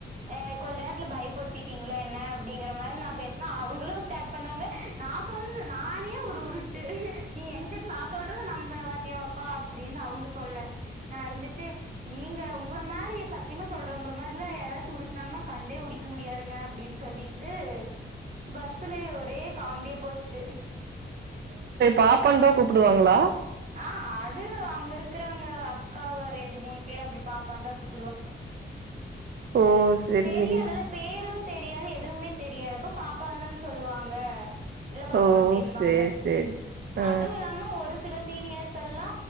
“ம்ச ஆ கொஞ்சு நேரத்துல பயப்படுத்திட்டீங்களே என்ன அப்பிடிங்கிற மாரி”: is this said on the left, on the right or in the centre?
Right